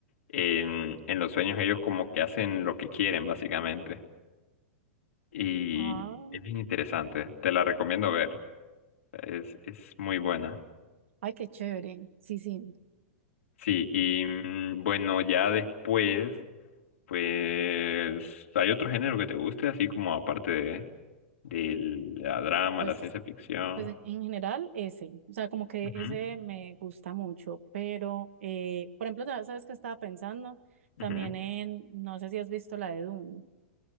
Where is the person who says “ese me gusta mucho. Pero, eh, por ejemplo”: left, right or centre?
Right